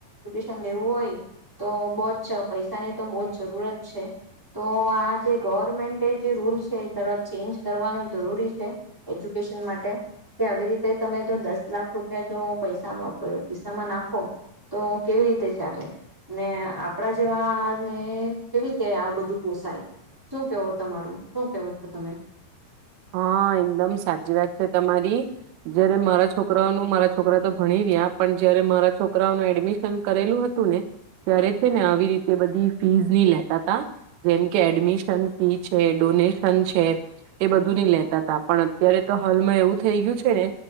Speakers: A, in the centre; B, on the right.
A: લેવું હોય તો બ જ પૈસાની તો બહ જ જરૂરત છે તો આ જે ગવર્મેન્ટ જે રૂલ છે ચેન્જ કરવાનો જરૂરી છે એજ્યુકેશન માટે કે આવી રીતે તમે જો દસ લાખ રૂપિયા જો પૈસામાં કિસ્સામાં નાખો તો કેવી રીતે ચાલે ને આપણા જેવાને કેવી રીતે આ બધું પોસાય શું કેવો તમારું શું કેવો છો તમે
B: હા એકદમ સાચી વાત છે તમારી જયારે મારા છોકરાઓનું મારા છોકરા તો ભણી રહ્યા પણ જયારે મારા છોકરાઓનું એડમિશન કરેલું હતું ને ત્યારે છે ને આવી રીતે બધી ફીઝ નહી લેતા તા જેમ કે એડમિશન ફી છે ડોનેશન છે એ બધું નહી લેતા તા પણ અત્યારે તો હાલમાં એવું થઈ ગયું છે ને